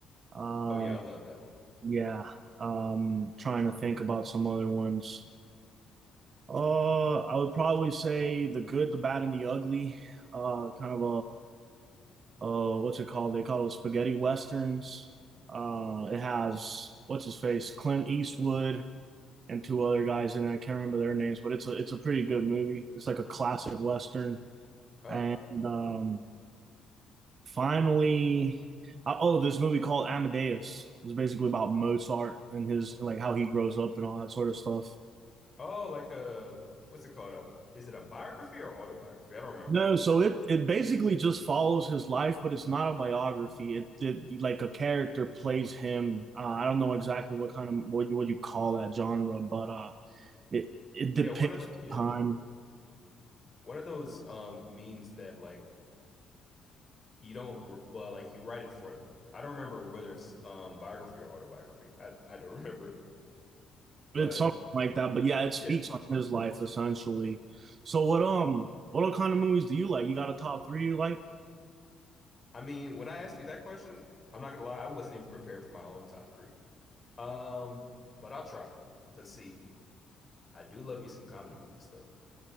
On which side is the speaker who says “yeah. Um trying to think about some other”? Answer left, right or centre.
Right